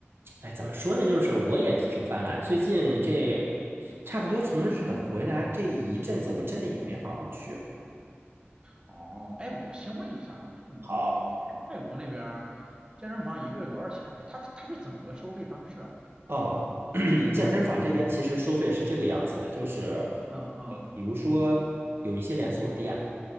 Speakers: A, on the right (about 60°); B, on the right (about 20°).
A: 哎，怎么说呢，就是我也挺犯懒，最近这差不多从日本回来这一阵子，我真的也没好好去。
B: 哦，哎，我先问一下啊，就你你你在泰国那边儿健身房一个月多少钱？
A: 好，
B: 是他他是怎么个收费方式啊？
A: 哦，<clears throat> 健身房这边其实收费是这个样子的，就是
B: 嗯嗯，
A: 比如说有一些连锁店。